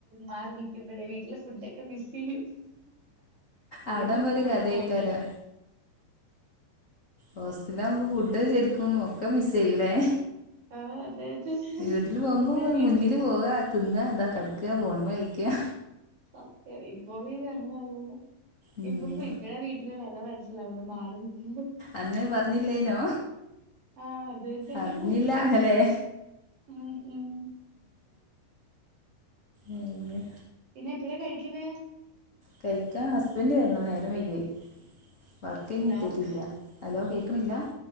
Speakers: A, on the right; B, on the left.
A: മാറി നിൽക്കുമ്പഴേ. വീട്ടിലെ ഫുഡ്ഡൊക് ക്കെ മിസ് ചെയ്യും. അതോണ്ടാ
B: അവിടാവുമ്പോ
A: ഇപ്പൊ
B: ഒരു
A: ഓടി
B: കഥയിക്കാരോ
A: പോന്നെ.
B: ഹോസ്റ്റലാവ്മ്പോ ഫുഡ്ഡ് ശരിക്കും ഒക്കെ മിസ്സ് ചെയ്യൂല്ലേ?
A: ആഹ് അതെ അതെ.
B: വീട്ടില് പോവ്മ്പോ
A: ഇപ്പഴാ വീട്ടില്
B: മുന്നില് പോവാ തിന്ന്വാ, അതാ കെടക്ക്വാ ഫോണ് മ്മെ കളിക്ക്വാ.
A: ഒക്കെ. ഇപ്പൊ പിന്നെ അങ്ങനെ അല്ലല്ലോ.
B: ഉം
A: ഇപ്പൊ ഇപ്പഴാ വീട്ടിലെ വെല മനസ്സി ലാവുന്നെ, മാറി നിക്കുമ്പൊ.
B: അന്ന് പറഞ്ഞില്ലേനോ
A: ആഹ് അതെ അതെ.
B: അറിഞ്ഞില്ല അല്ലേ
A: ഉം ഉം.
B: ഏ എഹ്
A: പിന്നെപ്പഴാ കഴിക്കുന്നേ
B: കഴിക്കാ ഹസ്ബന്റ് വരണം. നേരം വൈക്വെ വർക്കയ്ഞ്ഞെത്തിട്ടില്ല.
A: ഹലോ
B: അലോ കേക്ക്‌ണില്ല